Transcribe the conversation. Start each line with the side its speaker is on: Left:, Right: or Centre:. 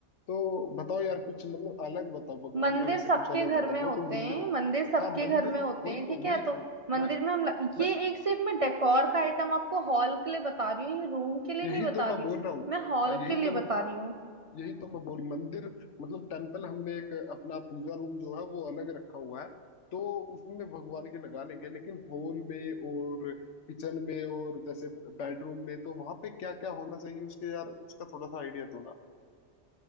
Left: तो बताओ यार कुछ मतलब अलग बताओ भगवान
Right: मंदिर
Left: वाली से
Right: सबके
Left: कुछ अलग
Right: घर
Left: बताओ
Right: में
Left: वो
Right: होते
Left: तो मंदिर
Right: हैं मंदिर सबके
Left: हाँ मंदिर
Right: घर में होते
Left: वही
Right: हैं
Left: तो
Right: ठीक है
Left: वही
Right: तो
Left: तो
Right: मंदिर
Left: मैं
Right: में हम लग...
Left: मैं
Right: ये एक सिर्फ मैं डेकोर का आइटम आपको हॉल के लिए बता रही हूँ ये रूम के लिए
Left: यही
Right: नहीं बता
Left: तो मैं
Right: रही
Left: बोल
Right: हूँ
Left: रहा हूँ
Right: मैं हॉल
Left: हाँ यही
Right: के लिए
Left: तो
Right: बता
Left: मैं
Right: रही हूँ।
Left: यही तो मैं बोल मंदिर मतलब टेम्पल हमने एक अपना पूजा रूम जो है वो अलग रखा हुआ है तो उसमें भगवान के लगा लेंगे लेकिन हॉल में और किचन में और जैसे बेडरूम में तो वहां पे क्या क्या होना चाहिए उसके यार उसका थोड़ा सा आइडिया दो ना